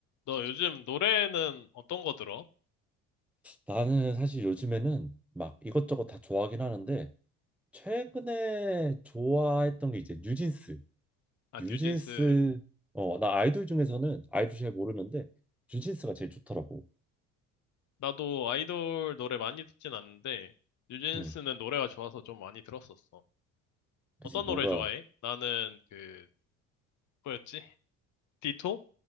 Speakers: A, on the left (about 50°); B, in the centre.
A: 너 요즘 노래는 어떤 거 들어?
B: 나는 사실 요즘에는 막 이것저것 다 좋아하긴 하는데 최근에 좋아했던 게 이제 뉴진스.
A: 아,
B: 뉴진스
A: 뉴진스.
B: 어 나 아이돌 중에서는 아이돌 잘 모르는데 뉴진스가 제일 좋더라고.
A: 나도 아이돌 노래 많이 듣진 않는데, 뉴진스는
B: 응.
A: 노래가 좋아서 좀 많이 들었었어.
B: 그지
A: 어떤 노래
B: 뭔가
A: 좋아해? 나는 그, 뭐였지? 디토?